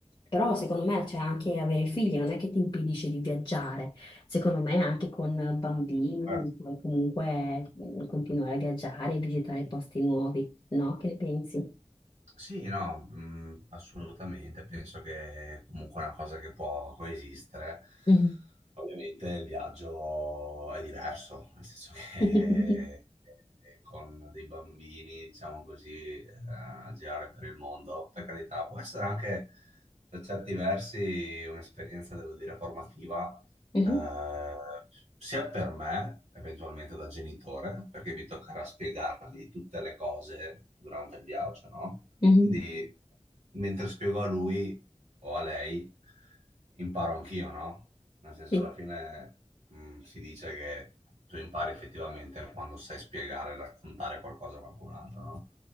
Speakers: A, on the left (about 40°); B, on the right (about 70°).
A: però secondo me, cioè, anche avere figli non è che ti impedisce di viaggiare, secondo me anche con bambini
B: Certo.
A: puoi comunque mm, continuare a viaggiare e visitare posti nuovi, no? Che ne pensi?
B: Sì, no, mh, assolutamente, penso che comunque è una cosa che può coesistere.
A: Mhm.
B: Ovviamente il viaggio è diverso, nel senso che
A: <laughs>
B: <laughs> eh, con dei bambini, diciamo così, eh, girare per il mondo, per carità, può essere anche per certi versi un'esperienza, devo dire, formativa,
A: Mhm.
B: eh, sia per me, eventualmente da genitore, perché mi toccherà spiegargli tutte le cose durante il viaggio, no?
A: Mh-mh.
B: Quindi, mentre spiego a lui o a lei, imparo anch'io, no? Nel senso,
A: Sì,
B: alla fine, mh, si dice che tu impari effettivamente quando sai spiegare e raccontare qualcosa a qualcun altro, no?